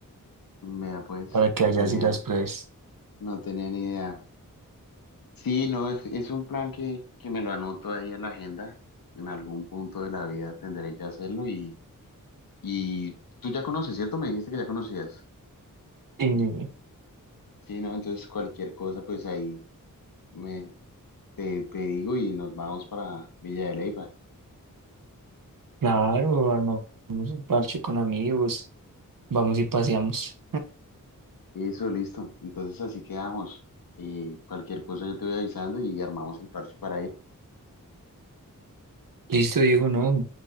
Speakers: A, on the left; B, on the right.
A: vea pues,
B: para que
A: no
B: allá
A: tenía,
B: sí las pruebes.
A: no tenía ni idea. Sí, no, es, es un plan que, que me lo anoto ahí en la agenda. En algún punto de la vida tendré que hacerlo y, y tú ya conoces, ¿cierto? Me dijiste que ya conocías.
B: Eh,
A: Sí, no, entonces cualquier cosa, pues ahí me, te, te digo y nos vamos para Villa de Leyva.
B: claro, armamos un parche con amigos, vamos y paseamos.
A: Eso, listo. Entonces así quedamos. Eh, cualquier cosa yo te voy avisando y armamos el parche para ir.
B: Listo, Diego, no,